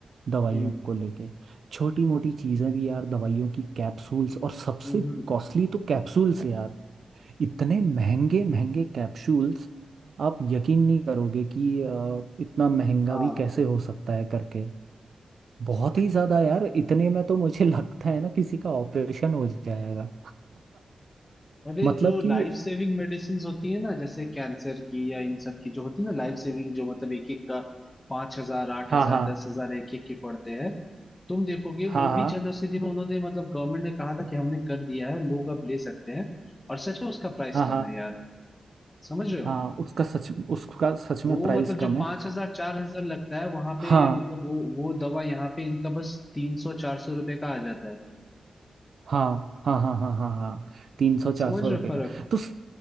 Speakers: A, on the right; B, on the left.
A: दवाइयों
B: हम्म
A: को लेके छोटी मोटी चीज़ें भी यार दवाइयों की कैप्सूल्स और सबसे
B: हम्म
A: कॉस्टली तो कैप्सूल्स यार इतने महंगे महंगे कैप्सूल्स आप यकीन नहीं करोगे कि अ, इतना महंगा
B: हाँ
A: भी कैसे हो सकता है करके बहुत ही ज़्यादा यार इतने में तो मुझे <laughs> लगता है ना किसी का ऑपरेशन हो जाएगा
B: अरे
A: <laughs> मतलब
B: जो लाइफ
A: कि
B: सेविंग मेडिसिन होती है ना जैसे कैंसर की या इन सब की जो होती है ना लाइफ सेविंग जो मतलब एक एक का पांच हजार आठ
A: हाँ
B: हजार
A: हाँ
B: दस हजार एक एक के पड़ते हैं तुम देखोगे
A: हाँ
B: वो
A: हाँ
B: भी जन औषधि में उन्होंने मतलब गवर्नमेंट ने कहा था कि हमने कर दिया है लोग अब ले सकते हैं और सच में उसका प्राइस
A: हाँ
B: कम
A: हाँ
B: है यार समझ रहे हो
A: हाँ उसका सच उसका सच
B: वो
A: में प्राइस
B: मतलब जो
A: कम है
B: पांच हजार चार हजार लगता है वहां पे
A: हाँ
B: मतलब वो वो दवा यहाँ पे इनका बस तीन सौ चार सौ रुपए का आ जाता है
A: हाँ हाँ हाँ हाँ हाँ हाँ तीन सौ चार
B: समझ
A: सौ
B: रहे
A: रुपये
B: हो फर्क
A: का तो